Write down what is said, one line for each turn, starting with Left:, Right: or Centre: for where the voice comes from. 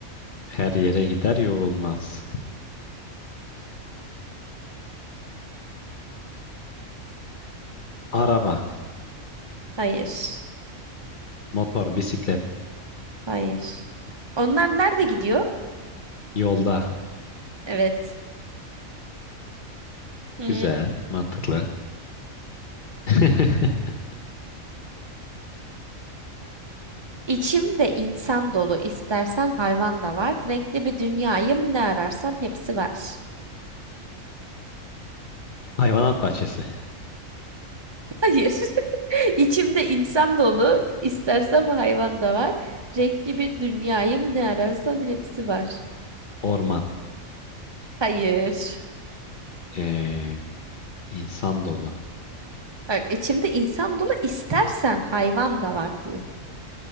Left: her yere gider yorulmaz. Araba,
Right: Hayır.
Left: motor, bisiklet,
Right: Hayır. Onlar nerede gidiyor?
Left: yolda.
Right: Evet. Hmm.
Left: Güzel, mantıklı. <laughs>
Right: İçimde insan dolu, istersen hayvan da var. Renkli bir dünyayım, ne ararsan hepsi var.
Left: Hayvanat bahçesi,
Right: Hayır. <laughs> İçimde insan dolu, istersem hayvan da var. Renkli bir dünyayım, ne ararsan hepsi var.
Left: orman,
Right: Hayır.
Left: ee, insan dolu.
Right: Bak, içimde insan dolu, istersen hayvan da var diyor.